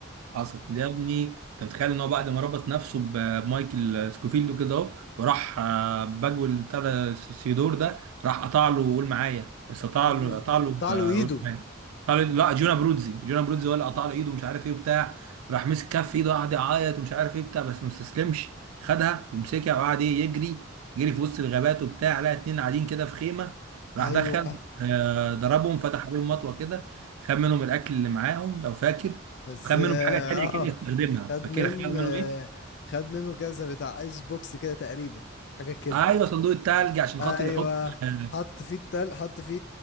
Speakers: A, on the right; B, on the left.
A: حصل ده يا ابني انت متخيل ان هو بعد ما ربط نفسه ب- بمايكل سكوفيلد كده اهو وراح آه، باجول بتاع ده سيدور ده راح قطع له قول معايا بس قطع
B: امم
A: له قطع له
B: قطع
A: آه،
B: له ايده
A: قول معايا قطع له لا جونا برودزي جونا برودزي هو اللي قطع له ايده ومش عارف ايه وبتاع راح مسك كف ايده وقعد يعيط ومش عارف ايه بتاع بس ما استسلمش خدها ومسكها وقعد ايه يجري جري في وسط الغابات وبتاع لقى اتنين قاعدين كده في خيمه
B: ايوه
A: راح دخل آه، ضربهم فتح عليهم مطوه كده خد منهم الاكل اللي معاهم لو فاكر
B: بس
A: خد منهم
B: اه
A: حاجه تانيه
B: آه،
A: كده يستخدمها
B: خد
A: فاكر
B: من
A: خد منهم
B: آه
A: ايه؟
B: خد منه كذا بتاع ايس بوكس كده تقريبا حاجة كده
A: ايوه صندوق التلج عشان
B: ايوه
A: خاطر يحط آه،
B: حط فيه التل حط فيه